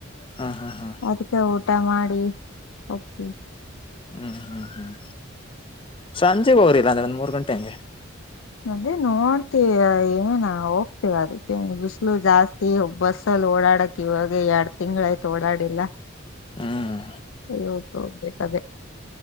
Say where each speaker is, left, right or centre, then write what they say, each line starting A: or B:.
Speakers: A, on the left; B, on the left.
A: ಹಾ ಹಾ ಹಾ
B: ಅದಕ್ಕೆ ಊಟ ಮಾಡಿ ಹೋಗ್ತಿವಿ.
A: ಹ್ಮ್ ಹ್ಮ್ ಹ್ಮ್ ಸಂಜೆ ಹೋಗ್ರಿ ಇಲ್ಲ ಅಂದ್ರೆ ಒಂದ್ ಮೂರು ಗಂಟೆ ಹಂಗೆ.
B: ಅದೇ ನೋಡ್ತಿವಿ ಏನ ಹೋಗ್ತೇವ ಅದಕ್ಕೆ ಬಿಸಲು ಜಾಸ್ತಿ. ಈ ಬಸ್ಸಲ್ಲಿ ಓಡಾಡಕ್ ಇವಾಗ ಎರಡ್ ತಿಂಗ್ ಆಯ್ತು ಓಡಾಡಿಲ್ಲ.
A: ಹ್ಮ್
B: ಇವತ್ತು ಹೋಗ್ಬೇಕ್ ಅದೇ.